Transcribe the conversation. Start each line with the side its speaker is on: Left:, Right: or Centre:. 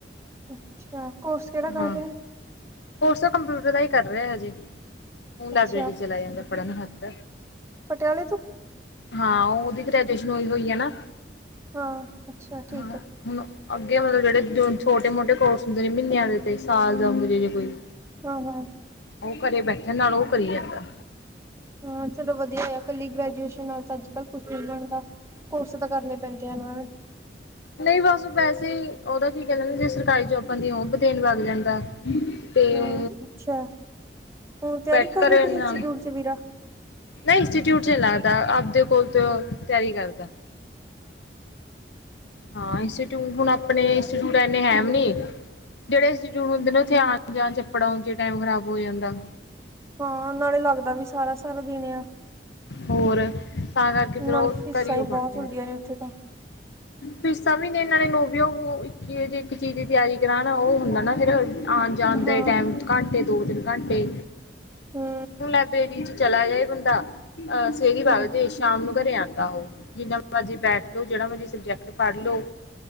Right: ਅੱਛਾ ਕੋਰਸ ਕਿਹੜਾ ਕਰ
Left: ਹਾਂ
Right: ਰਿਹਾ?
Left: ਕੋਰਸ ਤਾਂ ਕੰਪਿਊਟਰ ਦਾ ਹੀ ਕਰ ਰਿਹਾ ਹੈ ਹਜੇ। ਹੁਣ ਲਾਇਬ੍ਰੇਰੀ
Right: ਅੱਛਾ
Left: ਚਲਾ ਜਾਂਦਾ ਪੜ੍ਹਨ ਹਥ
Right: ਪਟਿਆਲੇ ਤੋਂ
Left: ਹਾਂ ਉਹਦੀ ਗ੍ਰੈਜੂਏਸ਼ਨ ਹੋਈ ਹੋਈ ਆ ਨਾ।
Right: ਹਾਂ, ਅੱਛਾ ਠੀਕ
Left: ਹਾਂ
Right: ਹੈ।
Left: ਹੁਣ ਅੱਗੇ ਮਤਲਬ ਜਿਹੜੇ ਛੋਟੇ ਮੋਟੇ ਕੋਰਸ ਹੁੰਦੇ ਨੇ ਮਹੀਨਿਆਂ ਦੇ ਤੇ ਸਾਲ ਦਾ ਦੇ ਹੋਜੇ ਕੋਈ
Right: ਹਾਂ ਹਾਂ
Left: ਉਹ ਘਰੇ ਬੈਠਣ ਨਾਲੋ ਉਹ ਕਰੀ ਜਾਂਦਾ।
Right: ਹਾਂ ਚਲੋ ਵਧੀਆ ਆ ਇਕੱਲੀ ਗ੍ਰੈ ਅਜ ਕਲ ਕੁੱਛ ਨੀ ਬਣਦਾ। ਕੋਰੱਸ ਤਾਂ ਕਰਨੇ ਪੈਂਦੇ ਆ ਨਾਲ
Left: ਨਹੀਂ ਬਸ ਵੈਸੇ ਤੇ ਉਹਦਾ ਕੀ ਕਹਿੰਦੇ ਜੇ ਸਰਕਾਰੀ ਜੋਬਾਂ ਦੀ ਏ ਉਹ ਭੀ ਦੇਣ ਲਗ ਜਾਂਦਾ। ਤੇ
Right: ਹੂੰ
Left: ਔ
Right: ਅੱਛਾ ਹੁਣ ਤਿਆਰੀ
Left: ਬੈਠ ਕਰ
Right: ਰਹੇ ਕਿਸੇ
Left: ਨਹੀਂ
Right: ਇੰਸਟੀਚਿਊਟ ਚ ਵੀਰਾ?
Left: ਇੰਸਟਿਊਟ ਚ ਨਹੀਂ ਲੱਗਦਾ ਆਪਦੇ ਕੋਲ ਤੋ ਤਿਆਰੀ ਕਰਦਾ ਹਾਂ ਇੰਸਟਿਊਟ ਹੁਣ ਅਪਣੇ ਇੰਸਟੀਟਿਊਟ ਇਨੇ ਹੈ ਵੀ ਨੀ। ਜਿਹੜੇ ਇੰਸਟੀਟਿਊਟ ਹੁੰਦੇ ਨੇ ਉਥੇ ਜਾਂ ਚੱਪੜਾ ਉਚ ਟਾਈਮ ਖ਼ਰਾਬ ਹੋ ਜਾਂਦਾ।
Right: ਹਾਂ ਨਾਲੇ ਲੱਗ ਦਾ ਵੀ ਸਾਰਾ ਸਾਰਾ ਦਿਨ ਆ।
Left: ਹੋਰ ਤਾਂ ਕਰਕੇ ਫੇਿਰ
Right: ਨਾਲੇ
Left: ਉਹ
Right: ਫੀਸਾਂ
Left: ਘਰੀ
Right: ਹੀ
Left: ਉਹ ਪੜ
Right: ਬਹੁਤ
Left: ਲੈਂਦਾ।
Right: ਹੁੰਦੀਆਂ ਨੇ ਉੱਥੇ ਤਾਂ
Left: ਫੀਸਾਂ ਵੀ ਇਹਨਾਂ ਨੇ ਨ ਵੀ ਉਹ ਇੱਕੇ ਇੱਕ ਚੀਜ਼ ਦੀ ਤਿਆਰੀ ਕਰਾ ਨਾ ਉਹ ਹੁੰਦਾ ਨਾ ਫਿਰ ਆਣ ਜਾਂਣ
Right: ਹਾਂ
Left: ਦੇ ਟਾਈਮ ਕਢ ਦੋ, ਤਿੰਨ ਘੰਟੇ
Right: ਹਮ
Left: ਹੁਣ ਲੈਬ੍ਰੇਰੀ ਚ ਚਲਾ ਜਾਏ ਬੰਦਾ ਅਹ ਸਵੇਰੀ ਬਾਬ
Right: ਹਮ
Left: ਜੇ ਸ਼ਾਮ ਨੂੰ ਘਰੇ ਆਉਂਦਾ ਉਹ ਜਿੰਨਾ ਮਰਜ਼ੀ ਬੈਠ ਲੋੋ ਜਿਹੜਾ ਮਰਜ਼ੀ ਸਬਜੈਕਟ ਪੜ੍ਹ ਲੋ